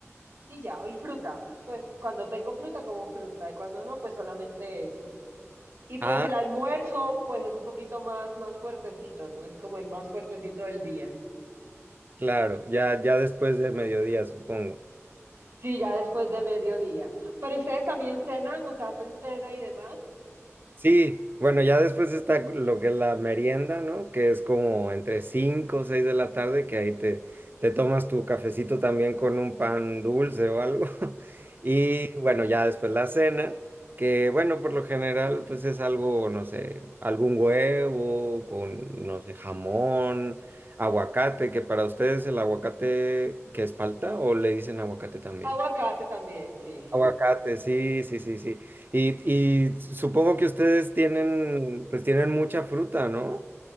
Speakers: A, on the right (about 80°); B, on the right (about 40°).
A: Y ya, y fruta. Pues cuando tengo fruta, como fruta, y cuando no, pues solamente eso. Y pues
B: Ah,
A: el almuerzo, pues es un poquito más, más fuertecito, ¿no? Es como el más fuertecito del día.
B: claro, ya, ya después de mediodía, supongo.
A: Sí, ya después de mediodía. Pero ustedes también cenan, o sea, hacen cena y demás.
B: Sí, bueno, ya después está lo que es la merienda, ¿no? Que es como entre 5 o 6 de la tarde, que ahí te, te tomas tu cafecito también con un pan dulce o algo. <laughs> Y bueno, ya después la cena, que bueno, por lo general, pues es algo, no sé, algún huevo con, no sé, jamón, aguacate, que para ustedes el aguacate, que es palta o le dicen aguacate también?
A: Aguacate también, sí.
B: Aguacate, sí, sí, sí, sí. Y, y supongo que ustedes tienen, pues tienen mucha fruta, ¿no?